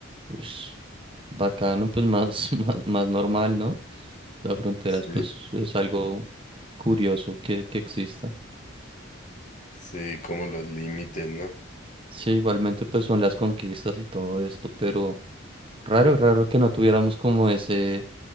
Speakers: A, on the right; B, on the left.
A: pues, bacano, pues más, <laughs> más, más normal, ¿no? Las fronteras,
B: Sí,
A: pues, es algo curioso que, que exista.
B: sí, como los límites, ¿no?
A: Sí, igualmente, pues, son las conquistas y todo esto, pero Raro, raro que no tuviéramos como ese,